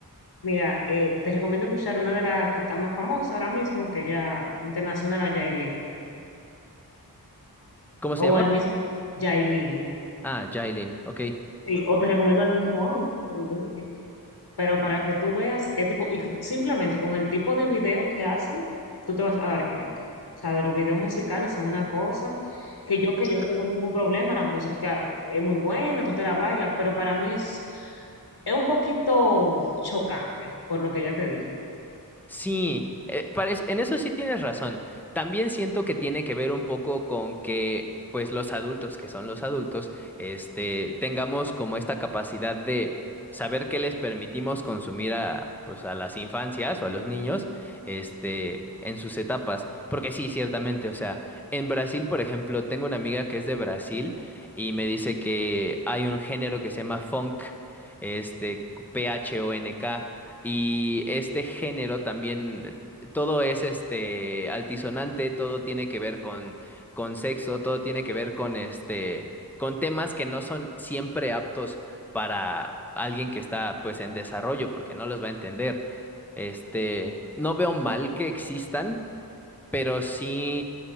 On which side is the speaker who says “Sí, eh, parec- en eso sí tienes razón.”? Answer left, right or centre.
Centre